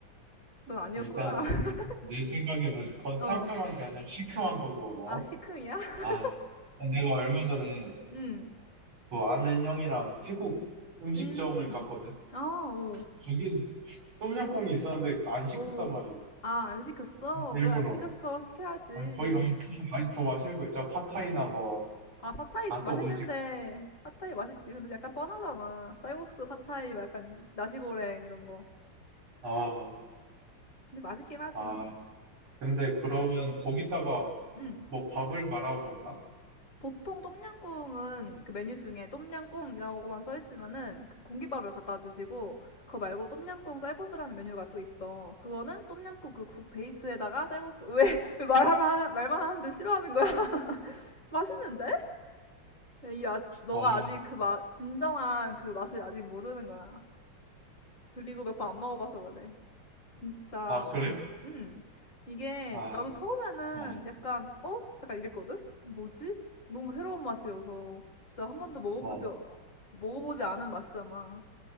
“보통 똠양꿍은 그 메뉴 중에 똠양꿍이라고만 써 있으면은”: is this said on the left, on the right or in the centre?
Left